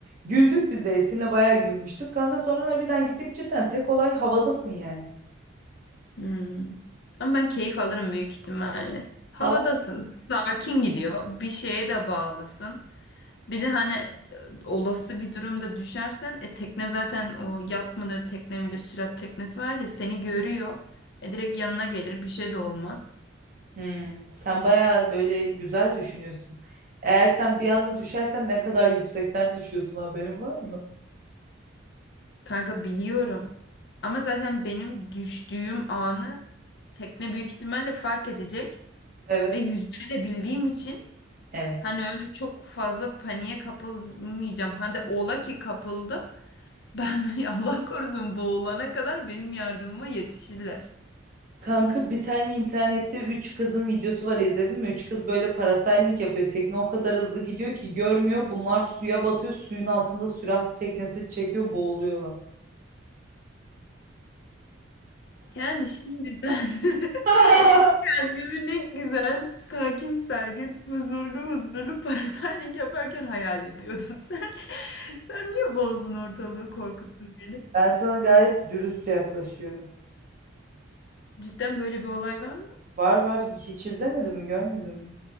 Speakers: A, on the right; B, on the left.
A: Güldük biz de Esin'le bayağı gülmüştük. Kanka sonra harbiden gittik cidden tek olay havadasın yani.
B: Hmm. Ama ben keyif alırım büyük ihtimalle. Havadasın,
A: Aa,
B: sakin gidiyor. Bir şeye de bağlısın. Bir de hani e, olası bir durumda düşersen e, tekne zaten o yat mıdır tekne midir sürat teknesi var ya seni görüyor. E, direkt yanına gelir bir şey de olmaz.
A: Hmm, sen bayağı böyle güzel düşünüyorsun. Eğer sen bir anda düşersen ne kadar yüksekten düşüyorsun haberin var mı?
B: Kanka biliyorum. Ama zaten benim düştüğüm anı tekne büyük ihtimalle fark edecek.
A: Evet.
B: Ve yüzmeyi de bildiğim için
A: Evet.
B: hani öyle çok fazla paniğe kapılmayacağım. Hadi ola ki kapıldım. Ben de <laughs> Allah korusun boğulana kadar benim yardımıma yetişirler.
A: Kanka bir tane internette 3 kızın videosu var izledin mi? 3 kız böyle parasailing yapıyor. Tekne o kadar hızlı gidiyor ki görmüyor. Bunlar suya batıyor. Suyun altında sürat teknesi çekiyor, boğuluyorlar.
B: Yani şimdi ben <laughs>
A: <laughs>
B: Kendimi ne güzel, sakin sergin, huzurlu huzurlu parasailing yaparken hayal ediyordum. <laughs> Sen, sen niye bozdun ortalığı, korkuttun beni?
A: Ben sana gayet dürüst yaklaşıyorum.
B: Cidden böyle bir olay var mı?
A: Var var hiç izlemedin mi görmedin mi?